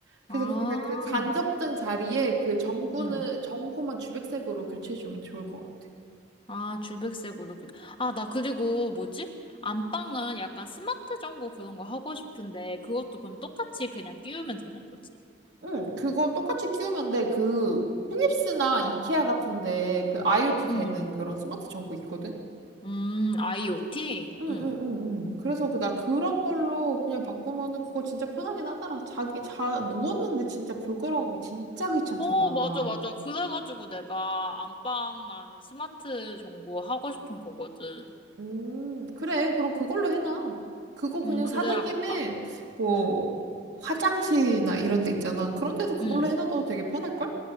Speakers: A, on the right; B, on the left.
A: 그래서
B: 아,
A: 그- 그냥 그 간접등 자리에 그 전구는
B: 응.
A: 전구만 주백색으로 교체해주면 좋을 것 같아.
B: 아, 줄백색으로. 그- 아, 나 그리고 뭐지? 안방은 약간 스마트 전구 그런 거 하고 싶은데 그것도 그럼 똑같이 그냥 끼우면 되는 거지.
A: 응, 그거 똑같이 끼우면 돼. 그 필립스나 이케아 같은데 그 IoT 되는
B: 음,
A: 그런 스마트 전구 있거든.
B: 음, IoT?
A: 응응응응.
B: 음,
A: 그래서 그 나 그런 걸로 그냥 바꾸면은 그거 진짜 편하긴 하더라. 자기 자 누웠는데 진짜 불 끌어가기 진짜 귀찮잖아.
B: 어, 맞아, 맞아. 그래가지고 내가 안방만 스마트 전구 하고 싶은 거거든.
A: 음 그래 그럼 그걸로 해놔. 그거 그냥
B: 음, 그래야겠다.
A: 사는 김에 뭐
B: 음,
A: 화장실이나 이런 데 있잖아. 그런 데도 그걸로
B: 음.
A: 해놔도 되게 편할걸?